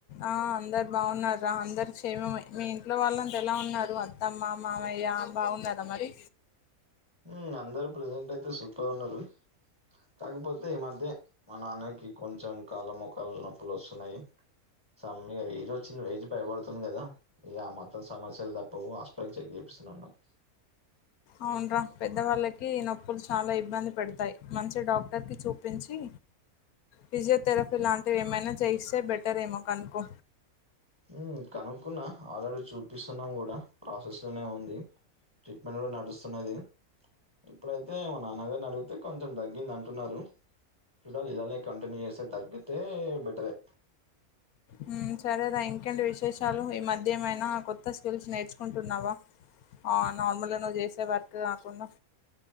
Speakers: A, on the left; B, on the right.
A: ఆ అందరు బావూన్నారు రా అందరూ క్షేమమే మీ ఇంట్లో వాళ్ళంతా ఎలా ఉన్నారు అ త్తమ్మ మామయ్య బావున్నారా మరి
B: ఉమ్ అందరూ ప్రెసెంట్ అయితే సూపర్ ఉన్నారు కాకపోతే ఈ మధ్యే మా నాన్నకి కొంచెం కాళ్ళ మొకాలు నొప్పులు వస్తున్నాయి సం ఇగ ఏజ్ వచ్చింది ఏజ్ పైబడుతుంది కదా ఇగ ఆ మాత్రం సమస్యలు తప్పవు హస్పల్ చెక్ చేపిస్తూనే ఉన్నాం
A: అవునురా పెద్ద వాళ్ళకి నొప్పులు చాలా ఇబ్బంది పెడతాయి మంచి డాక్టర్ కి చూపించి ఫిజియోథెరఫీ లాంటివి ఏమైనా చేయిస్తే బెటర్ ఏమో కనుకో
B: ఉమ్ కనుక్కున్నా ఆల్రెడీ చూపిస్తున్నాం కూడా ప్రాసెస్ లోనే ఉంది ట్రీట్మెంట్ కూడా నడుస్తున్నది ఇప్పుడైతే మా నాన్నగారిని అడుగుతే కొంచెం తగ్గిందం టున్నారు చూడాలి ఇలానే కంటిన్యూ చేస్తే తగ్గితే బెటరే
A: ఉమ్ సరే రా ఇంకేంటి విశేషాలు ఈ మధ్య ఏమైనా కొత్త స్కిల్స్ నేర్చుకుంటున్నావా ఆ నార్మల్గా నువ్వు చేసే వర్క్ కాకుండా